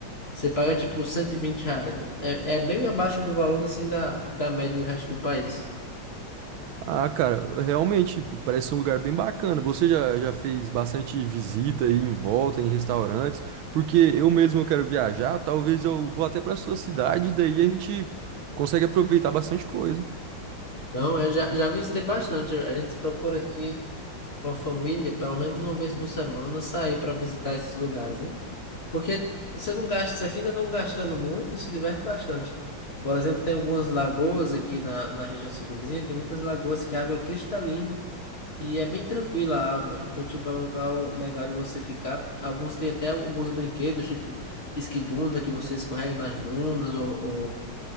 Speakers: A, on the left; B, on the right.
A: você paga tipo 120 reais. É, é bem abaixo do valor assim da, da média do resto do país.
B: Ah, cara, realmente p- parece ser um lugar bem bacana. Você já, já fez bastante visita aí em volta, em restaurantes, porque eu mesmo eu quero viajar, talvez eu vou até para sua cidade, daí a gente consegue aproveitar bastante coisa.
A: Não, eu já, já visitei bastante. A gente procura aqui com a família, pelo menos uma vez por semana, sair para visitar esses lugares, né? Porque você não gasta, você ainda não gastando muito e se diverte bastante. Por exemplo, tem algumas lagoas aqui na, na região circunvizinha, tem muitas lagoas que a água é cristalina e é bem tranquila a água. Então, tipo, é um lugar legal de você ficar. Alguns têm até alguns brinquedos, tipo esquibunda, que você escorrega nas dunas, ou, ou,